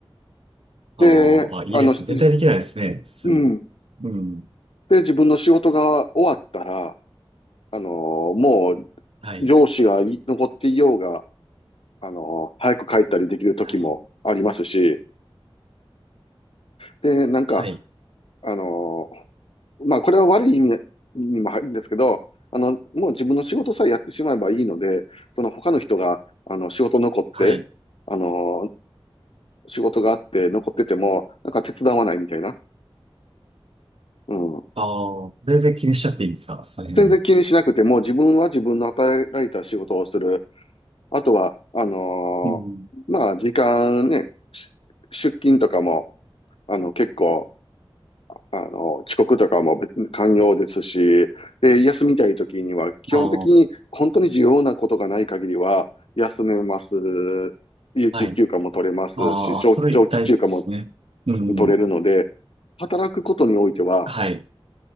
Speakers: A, on the right (about 80°); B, on the left (about 75°).
A: あーあ、
B: で、
A: いいです。
B: あの、じ
A: 絶対できないですね。普通。
B: うん、
A: うん。
B: で、自分の仕事が終わったら、あのーもう
A: はい、
B: 上司がい残っていようが、あのー早く帰ったりできる時もありますし、
A: はい、
B: で、なんか、
A: はい、
B: あのーまあ、これは悪い意味にも入るんですけど、あの、もう自分の仕事さえやってしまえばいいので、その他の人が、あの、仕事残って、
A: はい。
B: あのー仕事があって残ってても、なんか手伝わないみたいな。うん。
A: ああ、全然気にしちゃっていいんですかその辺は。
B: 全然気にしなくても、自分は自分の与えられた仕事をする。あとは、あのーまあ、
A: うん。
B: 時間ね、し出勤とかも、あの、結構、あの、遅刻とかも別に寛容ですし、で、休みたい時には、基本的に本当に重要なことがない限りは、
A: ああ、
B: 休めます。有給休暇も取れますし、
A: はい。ああ、
B: 長、
A: それ一体ですね。
B: 長期休暇も
A: うん。
B: 取れるので、働くことにおいては、
A: はい。